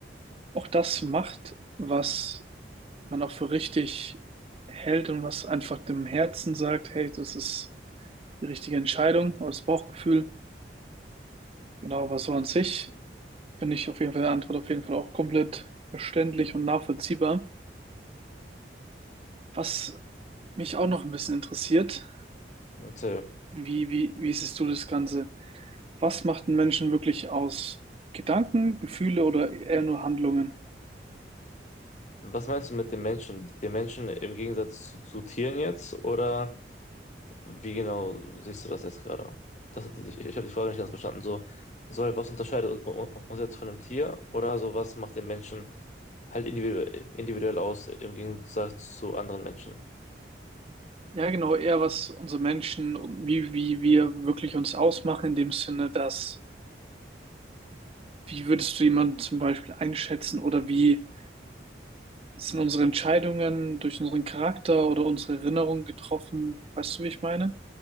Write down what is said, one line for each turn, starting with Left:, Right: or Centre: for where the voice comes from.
Right: auch das macht, was man auch für richtig hält und was einfach dem Herzen sagt, hey, das ist die richtige Entscheidung oder das Bauchgefühl. Genau, aber so an sich finde ich auf jeden Fall die Antwort auf jeden Fall auch komplett verständlich und nachvollziehbar. Was Mich auch noch ein bisschen interessiert,
Left: Erzähl.
Right: wie, wie, wie siehst du das Ganze? Was macht einen Menschen wirklich aus? Gedanken, Gefühle oder eher nur Handlungen?
Left: Was meinst du mit den Menschen? Den Menschen im Gegensatz zu, zu Tieren jetzt? Oder wie genau siehst du das jetzt gerade? Das, ich ich habe die Frage nicht ganz verstanden. So, so halt, was unterscheidet un- uns jetzt von einem Tier? Oder so, was macht den Menschen halt individu individuell aus im Gegensatz zu anderen Menschen?
Right: Ja, genau, eher was unsere Menschen und wie, wie wir wirklich uns ausmachen, in dem Sinne, dass, wie würdest du jemanden zum Beispiel einschätzen oder wie sind unsere Entscheidungen durch unseren Charakter oder unsere Erinnerungen getroffen? Weißt du, wie ich meine?